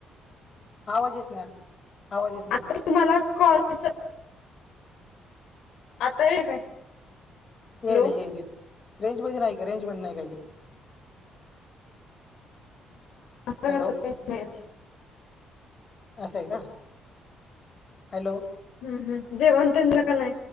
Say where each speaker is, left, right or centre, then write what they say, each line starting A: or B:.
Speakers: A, on the left; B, on the left.
A: आवाज येत नाय, आवाज येत नाय.
B: आता तुम्हाला कॉलच आता य <unintelligible> काय? हॅलो
A: यायले यायले रेंज मध्ये नाय का रेंज मध्ये नाय का
B: हम्म
A: हॅलो. असं ए का? हॅलो!
B: हम्म हम जेवण त्यांनला का नाय?